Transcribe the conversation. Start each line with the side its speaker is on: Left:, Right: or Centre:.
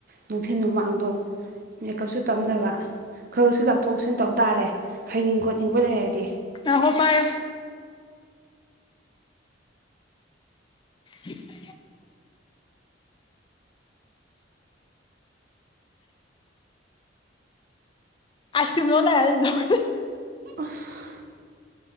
Right: ꯅꯨꯡꯊꯤꯤꯟ ꯅꯨꯃꯥꯡꯗꯣ ꯃꯦꯀꯞꯁꯨ ꯇꯝꯅꯕ ꯈꯔꯁꯨ ꯂꯧꯊꯣꯛꯁꯤꯟ ꯇꯧ ꯇꯥꯔꯦ ꯍꯩꯅꯤꯡ ꯈꯣꯠꯅꯤꯡꯕ ꯂꯩꯔꯗꯤ
Left: ꯅꯉꯣ ꯄꯥꯏꯣ ꯎꯝ ꯑꯥꯏꯁꯀ꯭ꯔꯤꯃ ꯂ ꯂꯥꯏꯅꯔ
Right: ꯑꯁ